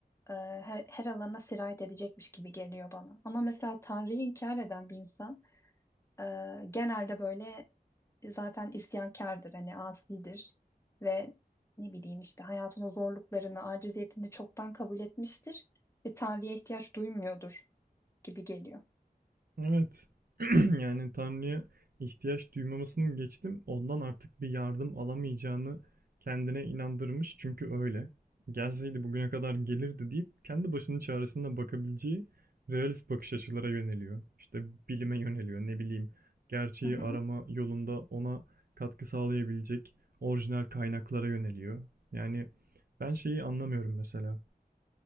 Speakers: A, on the left; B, on the right.
A: e, her, her alana sirayet edecekmiş gibi geliyor bana ama mesela Tanrı'yı inkar eden bir insan Ee, genelde böyle e, zaten isyankardır, hani asidir ve ne bileyim işte hayatın o zorluklarını, aciziyetini çoktan kabul etmiştir ve Tanrı'ya ihtiyaç duymuyordur gibi geliyor.
B: Evet. <clears throat> Yani Tanrı'ya ihtiyaç duymamasını geçtim. Ondan artık bir yardım alamayacağını kendine inandırmış. Çünkü öyle. Gelseydi bugüne kadar gelirdi deyip kendi başının çaresine bakabileceği realist bakış açılara yöneliyor. İşte bilime yöneliyor. Ne bileyim gerçeği
A: Hı hı.
B: arama yolunda ona katkı sağlayabilecek orijinal kaynaklara yöneliyor. Yani ben şeyi anlamıyorum mesela.